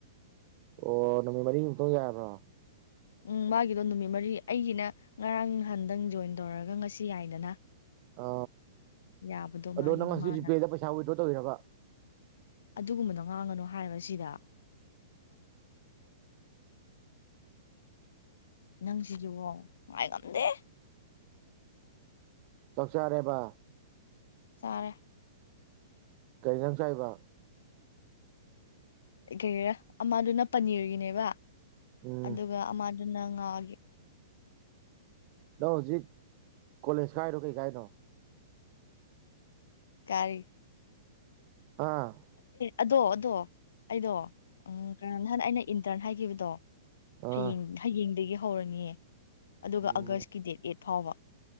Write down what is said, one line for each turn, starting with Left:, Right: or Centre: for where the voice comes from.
Right: ꯑꯣ ꯅꯨꯃꯤꯠ ꯃꯔꯤꯃꯛꯇꯪ ꯌꯥꯕ꯭ꯔꯥ
Left: ꯎꯝ ꯃꯥꯒꯤꯗꯣ ꯅꯨꯃꯤꯠ ꯃꯔꯤ ꯑꯩꯒꯤꯅ ꯉꯔꯥꯡ ꯅꯍꯥꯟꯗꯪ ꯖꯣꯏꯟ ꯇꯧꯔꯒ ꯉꯁꯤ ꯌꯥꯏꯗꯅ
Right: ꯑ
Left: ꯌꯥꯕꯗꯣ
Right: ꯑꯗꯣ
Left: ꯃꯥꯒꯤ
Right: ꯅꯪ ꯉꯄꯦꯗ
Left: ꯃꯥꯅ
Right: ꯄꯩꯁꯥ ꯑꯣꯏꯗ ꯇꯣꯏꯔꯕ
Left: ꯑꯗꯨꯒꯨꯝꯕꯗꯣ ꯉꯥꯡꯉꯅꯨ ꯍꯥꯏꯔ ꯁꯤꯗ ꯅꯪ ꯁꯤꯁꯨꯕꯣ ꯅꯨꯡꯉꯥꯏ ꯉꯝꯗꯦ
Right: ꯆꯁꯥꯔꯦꯕ
Left: ꯇꯔꯦ
Right: ꯀꯩ ꯅꯪ ꯆꯥꯏꯕ
Left: ꯀꯩꯔꯥ ꯑꯃꯗꯨꯅ ꯄꯅꯤꯔꯒꯤꯅꯦꯕ
Right: ꯎꯝ
Left: ꯑꯗꯨꯒ ꯑꯃ ꯑꯗꯨ ꯅꯪ ꯉꯥꯍꯟꯒꯤ
Right: ꯅꯪ ꯍꯧꯖꯤꯛ ꯀꯣꯂꯦꯖ ꯀꯥꯏꯔꯣ ꯀꯩ ꯀꯥꯏꯅꯣ
Left: ꯀꯥꯔꯤ
Right: ꯌꯥ
Left: ꯑꯗꯣ ꯑꯗꯣ ꯑꯩꯗꯣ ꯎꯝ ꯀꯩꯍꯥꯏꯅꯤ ꯑꯩꯅ ꯏꯟꯇꯔꯟ ꯍꯥꯏꯈꯤꯕꯗꯣ
Right: ꯑꯥ
Left: ꯍꯌꯦꯡ ꯍꯌꯦꯡꯗꯒꯤ ꯍꯧꯔꯅꯤꯌꯦ ꯑꯗꯨꯒ
Right: ꯎꯝ
Left: ꯑꯥꯒꯁꯀꯤ ꯗꯦꯠ ꯑꯦꯠ ꯐꯥꯎꯕ